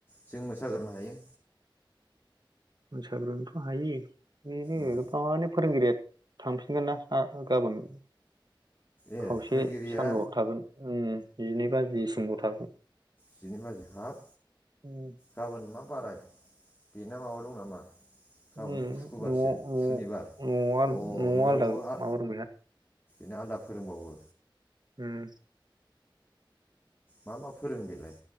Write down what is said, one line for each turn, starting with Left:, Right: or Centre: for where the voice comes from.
Left: जों मोसा गोरनो हायो।
Right: मोसाग्रोनथ' हायो। बेनो
Left: उम
Right: फानो फोरोंगिरिया थांफिनगोन ना आ गाबोन
Left: ए
Right: खावसे
Left: फोरोंगिरिया
Right: सानदुआव थागोन उम जिनै बाजिसिमल थागोन।
Left: जिनै बाजि हाब
Right: न'
Left: गाबोन मा बाराय बेना माबा दं नामा? गाबोनथ'
Right: न'
Left: सुखुबारसो
Right: न'आव
Left: सुनिबार अ'
Right: न'आव
Left: न'आवबो
Right: आलदा
Left: आ
Right: माबा दंबायना
Left: ना आलदा फोरोंबावो?
Right: उम
Left: मा मा फोरोंङो बेलाय